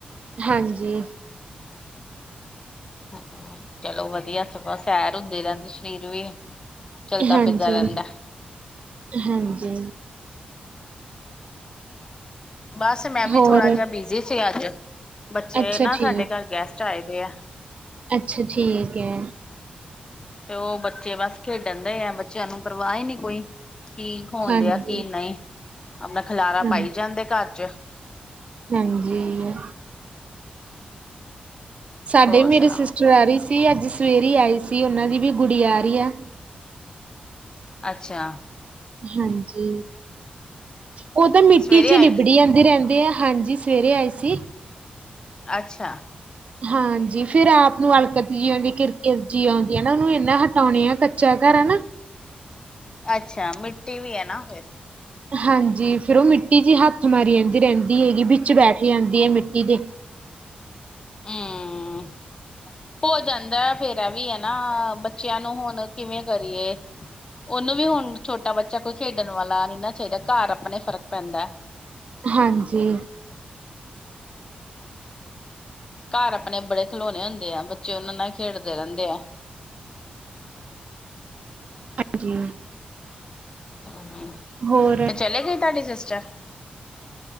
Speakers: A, on the right; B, on the left.
A: ਹਾਂਜੀ।
B: ਹਮ ਚਲੋ ਵਧੀਆ, ਸਗੋਂ ਸੈਰ ਹੁੰਦੀ ਰਹਿੰਦੀ ਸਰੀਰ ਵੀ ਚਲਦਾ
A: ਹਾਂਜੀ,
B: ਫਿਰਦਾ ਰਹਿੰਦਾ
A: ਹਾਂਜੀ।
B: ਬਸ ਮੈਂ ਵੀ
A: ਹੋਰ
B: ਥੋੜਾ ਜਿਹਾ ਬਿਜੀ ਸੀ ਅੱਜ। ਬੱਚੇ
A: ਅੱਛਾ
B: ਨਾ ਸਾਡੇ
A: ਠੀਕ
B: ਘਰ ਗੈਸਟ ਆਏ ਦੇ ਆ।
A: ਅੱਛਾ, ਠੀਕ ਐ।
B: ਤੇ ਉਹ ਬੱਚੇ ਬਸ ਖੇਡਣ ਦੇ ਆ, ਬੱਚਿਆਂ ਨੂੰ ਪਰਵਾਹ ਹੀ ਨਹੀਂ ਕੋਈ। ਕੀ ਹੋਣ
A: ਹਾਂਜੀ
B: ਦਿਆ, ਕੀ ਨਹੀਂ, ਆਪਣਾ ਖਿਲਾਰਾ
A: ਹਾਂ
B: ਪਾਈ ਜਾਂਦੇ ਘਰ 'ਚ
A: ਹਾਂਜੀ। ਸਾਡੇ
B: ਹੋਰ
A: ਮੇਰੇ
B: ਸੁਣਾਓ
A: ਸਿਸਟਰ ਆ ਰਹੀ ਸੀ, ਅੱਜ ਸਵੇਰੇ ਹੀ ਆਈ ਸੀ। ਉਹਨਾਂ ਦੀ ਵੀ ਗੁੜੀਆ ਆ ਰਹੀ ਆ।
B: ਅੱਛਾ।
A: ਹਾਂਜੀ। ਉਹ ਤਾਂ ਮਿੱਟੀ
B: ਸਵੇਰੇ
A: ਚ
B: ਆਏਗੀ
A: ਹੀ ਲਿਬੜੀ ਆ ਰਹਿੰਦੇ ਆ। ਹਾਂਜੀ, ਸਵੇਰੇ ਆਏ ਸੀ।
B: ਅੱਛਾ।
A: ਹਾਂਜੀ ਫਿਰ ਆਪ ਨੂੰ ਅਲਕਤ ਜੀ ਆਉਂ ਦੀ, ਕਿਰ ਕਿਰ ਜਿਹੀ ਆਉਂਦੀ ਹੈ ਨਾ, ਉਹਨੂੰ ਇਨਾ ਹਟਾਉਣੇ ਆ ਕੱਚਾ ਘਰ ਆ ਨਾਮ
B: ਅੱਛਾ, ਮਿੱਟੀ ਵੀ ਹੈ ਨਾ ਫਿਰ।
A: ਹਾਂਜੀ ਫਿਰ ਉਹ ਮਿੱਟੀ ਚ ਹੱਥ ਮਾਰੀ ਜਾਂਦੀ ਰਹਿੰਦੀ ਹੈਗੀ, ਬਿਚ ਬੈਠ ਜਾਂਦੀ ਹੈ ਮਿੱਟੀ ਦੇ।
B: ਹਮ। ਹੋ ਜਾਂਦਾ ਫੇਰ ਏ ਵੀ ਹੈ ਨਾ, ਬੱਚਿਆਂ ਨੂੰ ਹੁਣ ਕਿਵੇਂ ਕਰੀਏ? ਉਹਨੂੰ ਵੀ ਹੁਣ ਛੋਟਾ ਬੱਚਾ ਕੋਈ ਖੇਡਣ ਵਾਲਾ ਨੀ ਨਾ ਚਾਹੀਦਾ, ਘਰ ਆਪਣੇ ਫ਼ਰਕ ਪੈਂਦਾ।
A: ਹਾਂਜੀ।
B: ਘਰ ਆਪਣੇ ਬੜੇ ਖਲੋਣੇ ਹੁੰਦੇ ਆ, ਬੱਚੇ ਉਹਨਾਂ ਨਾਲ ਖੇਡਦੇ ਰਹਿੰਦੇ ਆ।
A: ਹਾਂਜੀ।
B: ਹਾਂਜੀ।
A: ਹੋਰ?
B: ਚਲੇ ਗਏ ਤੁਹਾਡੀ ਸਿਸਟਰ।